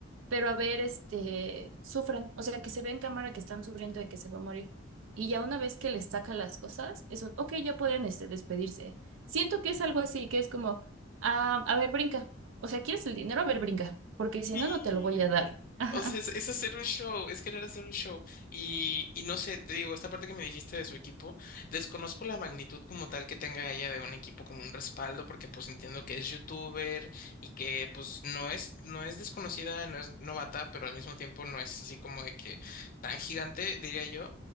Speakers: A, on the right; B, on the left.
A: pero a ver, este, sufran, o sea, que se ve en cámara que están sufriendo de que se va a morir. Y ya una vez que les saca las cosas, es un, ok, ya pueden, este, despedirse. Siento que es algo así, que es como, ah, a ver, brinca. O sea, ¿quieres el dinero? A ver, brinca, porque si
B: Sí.
A: no, no te lo voy a dar. <laughs> Ajá.
B: O sea, es, es hacer un show, es querer hacer un show. Y, y no sé, te digo, esta parte que me dijiste de su equipo, desconozco la magnitud como tal que tenga ella de un equipo como un respaldo, porque pues entiendo que es youtuber y que pues no es, no es desconocida, no es novata, pero al mismo tiempo no es así como de que tan gigante, diría yo.